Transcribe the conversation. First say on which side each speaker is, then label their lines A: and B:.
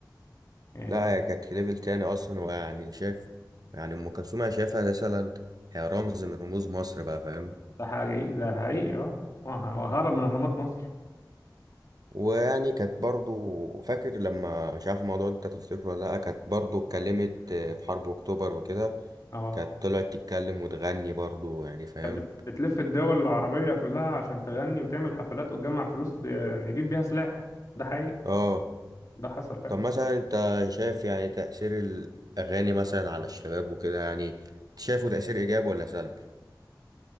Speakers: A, on the left; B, on the right.
A: يعني
B: لا هي كانت ليفل تاني اصلا ويعني شايف يعني ام كلثوم انا شايفها مثلا هي رمز من رموز مصر بقى فاهم
A: ده حقيقي ده حقيقي اه وه- وهرب من اهرامات مصر
B: ويعني كانت برضو فاكر لما مش عارف الموضوع انت تفتكره ولا لا كانت برضو اتكلمت في حرب اكتوبر وكده
A: اه
B: كانت طلعت تتكلم وتغني برضو يعني فاهم
A: كانت بت- بتلف الدول العربية كلها عشان تغني وتعمل حفلات وتجمع فلوس ت- نجيب بيها سلاح ده حقيقي
B: اه
A: ده حصل فعلا
B: طب مثلا انت شايف يعني تأثير الاغاني مثلا على الشباب وكده يعني شايفه تأثير ايجابي ولا سلبي